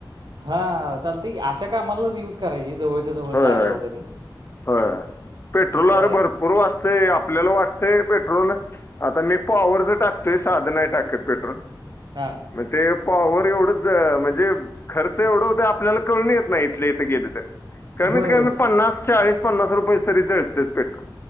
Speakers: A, on the right (about 60°); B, on the left (about 30°).
A: हा चालते अशा कामालाच युज करायचा जवळच्या जवळ जायला
B: होय होय
A: वगैरे
B: होय पेट्रोलर
A: बर
B: भरपूर वाचतय आपल्याला वाटतय पेट्रोल आता मी पॉवरच टाकत साध नाही टाकत पेट्रोल
A: हा
B: मग ते पॉवर एवढंच म्हणजे खर्च एवढं होत आपल्याला कळून येत नाही इथले इथे गेले तरी कमीत
A: होय होय
B: कमी पन्नास चाळीस पन्नास रुपये तरी जळतेत पेट्रोल